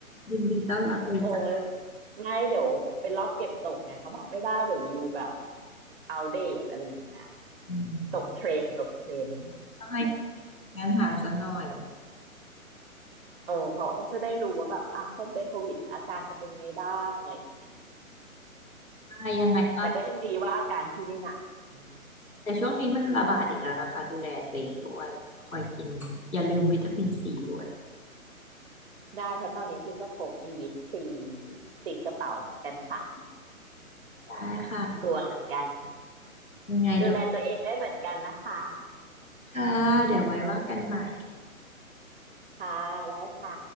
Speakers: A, on the left; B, on the right.
A: ยินดีต้อนรับเลยจ้ะ
B: <laughs> โอ้ยไม่เดี๋ยวเป็นรอบเก็บตกไงเขาบอกไม่ได้เดี๋ยวยูแบบเอาเดตอะไรอย่างเงี้ย
A: อืม
B: ตกเทรนด์ตกเทรนด์
A: ต้องให้งานฐานซะหน่อย
B: เออเขาก็จะได้รู้ว่าแบบอ่ะคนเป็นโควิดอาการจะเป็นยังไงบ้างอะไรอย่างเงี้ย
A: ใช่ยังไงก็
B: แต่ก็ยังดีว่าอาการพี่ไม่หนักอืม
A: แต่ช่วงนี้มันระบาดอีกแล้วนะคะดูแลตัวเองด้วยคอยกินอย่าลืมวิตามินซีด้วย
B: ได้เพราะตอนนี้พี่ก็พกอีวิตซีติดกระเป๋าเหมือนกันค่ะ
A: ได้ค่ะ
B: กลัวเหมือนกัน
A: ยังไงเดู
B: ดูแลตัวเองได้เหมือนกันนะคะ
A: ค่ะเดี๋ยวไว้ว่ากันใหม่
B: ค่ะได้ค่ะ